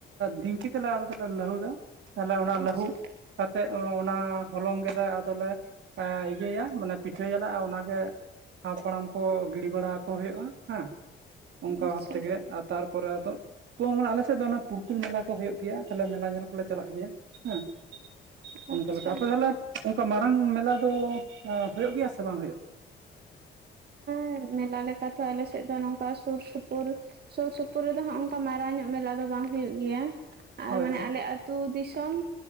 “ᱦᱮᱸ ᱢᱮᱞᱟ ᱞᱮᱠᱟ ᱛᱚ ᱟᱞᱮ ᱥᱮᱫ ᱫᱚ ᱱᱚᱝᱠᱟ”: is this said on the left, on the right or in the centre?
Right